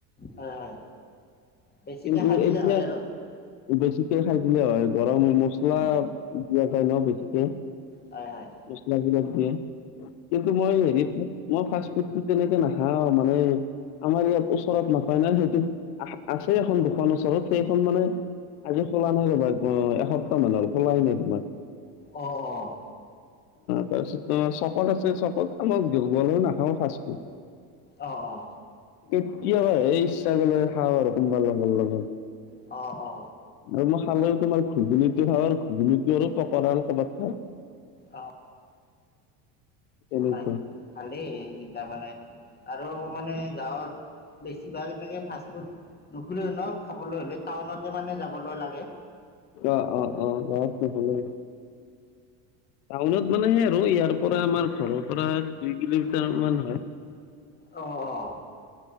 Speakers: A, on the left (about 20°); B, on the left (about 80°).
A: হয় হয়। বেছিকে
B: কিন্তু
A: খাই দিলে
B: এতিয়া
A: হয় আৰু?
B: বেছিকে খাই দিলে হয়। গৰম মছলা
A: উম
B: দিয়া যায় ন বেছিকে।
A: হয় হয়।
B: মছলাবিলাক দিয়ে। কিন্তু মই হেৰি মই ফাষ্ট ফুডোটো তেনেকে নাখাও মানে আমাৰ ইয়াত ওচৰত নাপায় ন। সেইটো আছে এখন দোকান ওচৰত সেইখন মানে আজি খোলা নাই ৰবা। এসপ্তাহ মান হল খুলায়ে নাই। তোমাৰ
A: অ অ।
B: তাৰপিছত তোমাৰ চকত আছে, চকত এ মই গলেও নাখাও ফাষ্ট ফুড।
A: অ অ।
B: কেতিয়াবা সেই ইচ্ছা কৰিলে খাওঁ আৰু, কোনোবা লগৰ লগত।
A: অ, অ।
B: আৰু মই খালে তোমাৰ ঘুুগুণীটো খাওঁ আৰু ঘুুনীটো আৰু পকৰা আৰু কৰ'ৰবাত খা
A: অ',
B: তেনেকুৱা
A: হয়, ভালেই ই তাৰ মানে আৰু মানে গাঁৱত বেছিভাগ এনেকে ফাষ্টফুড নুখলে ন খাবলৈ হ'লে টাউনতে মানে যাবলৈ লাগে।
B: অ, অ, অ, <inaudible> টাউনত মানেহে আৰু ইয়াৰ পৰা আমাৰ ঘৰৰ পৰা দুই কিলোমিটাৰ মান হয়।
A: অ', অ',